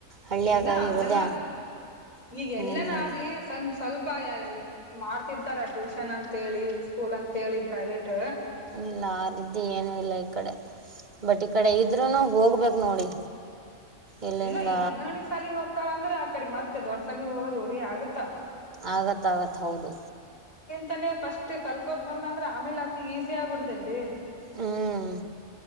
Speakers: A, on the right; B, on the left.
A: ಹಳ್ಳಿಯಾಗ
B: ಇಲ್ಲ ಹಂಗಲ್ಲ
A: ಇರೋದೇ ಅಂಗನವಾಡಿ
B: ಈಗ್ ಎಲ್ಲಾನ ಆಗ್ಲಿ ಸಂಸ್ ಸ್ವಲ್ಪ ಎಲ್ಲ ಮಾಡ್ತಿರ್ತಾರ ಟ್ಯೂಷನ್ ಅಂತೇಳಿ ಸ್ಕೂಲ್ ಅಂತೇಳಿ ಪ್ರೈವೇಟ್
A: ಇಲ್ಲ ಆ ರೀತಿ ಏನು ಇಲ್ಲ ಈ ಕಡೆ ಬಟ್ ಈ ಕಡೆ ಇದ್ರುನು ಹೋಗ್ಬೇಕ್ ನೋಡಿ. ಇಲ್ಲಿಂದ
B: ಇಲ್ಲ ಈಗ ಅಂಗನವಾಡಿ ಸಾಲಿಗೆ ಹೋಗ್ತಾಳಂದ್ರ ಅ ಕಡೆ ಮತ್ತೆ ದೊಡ್ ಸಾಲಿಗ್ ಹೋಗೋದು ರೂಢಿ ಆಗುತ್ತಾ.
A: ಆಗ ಆಗತ್ತ್ ಹೌದು.
B: ತಾನೆ ಫಸ್ಟ್ ಕಲ್ಕೋದ ಬಂದ ಅಂದ್ರೆ ಆಮೇಲ್ ಅಕಿಗೆ ಈಸಿ ಆಗ್ಬಿಡ್ತೈತಿ.
A: ಹ್ಮ್